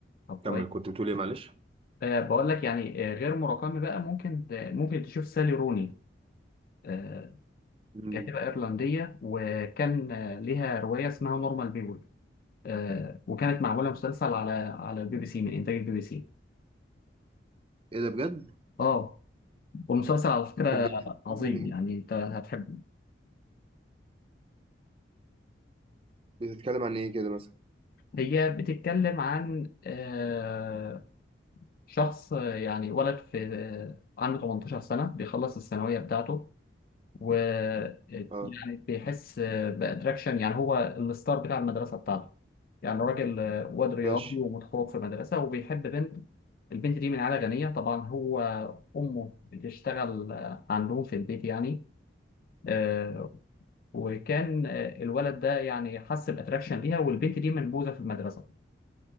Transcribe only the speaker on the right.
كمل كنت بتقول ايه معلش
مم.
ايه ده بجد
طب بتتكلم
عن ايه
بتتكلم عن ايه كده مثلا
اه
ماشي